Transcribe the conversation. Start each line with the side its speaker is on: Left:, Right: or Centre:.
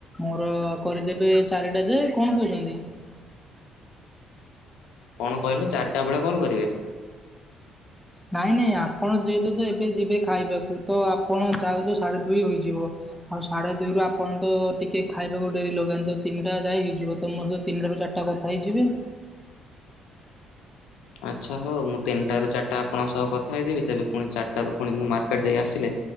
Centre: ମୋର କରିଦେବେ ଚାରିଟା ଯେ କଣ କହୁଛନ୍ତି?
Left: କଣ କହିଲେ ଚାରିଟା ବେଳେ କଲ୍ କରିବେ?
Centre: ନାଇଁ ନାଇଁ ଆପଣ ଯେହେତୁ ତ ଏବେ ଯିବେ ଖାଇବାକୁ ତ ଆପଣ ଯାଉ ଯାଉ ସାଢ଼େ ଦୁଇ ହୋଇଯିବ। ଆଉ ସାଢ଼େ ଦୁଇରୁ ଆପଣ ତ ଟିକେ ଖାଇବାକୁ ଡେରି ଲଗାନ୍ ଯ ତିନଟା ଯାଇ ହେଇଯିବ ତ ମୋର ସେ ତିନଟାରୁ ଚା ଟା କଥା ହେଇଯିବେ।
Left: ଆଚ୍ଛା ହଉ ମୁଁ ତିନିଟାରୁ ଚାରଟା ଆପଣଙ୍କ ସହ କଥା ହେଇଯିବି ତେବେ ପୁଣି ଚାରଟାରୁୁ ପୁଣି ମୁଁ ମାର୍କେଟ୍ ଯାଇ ଆସିଲେ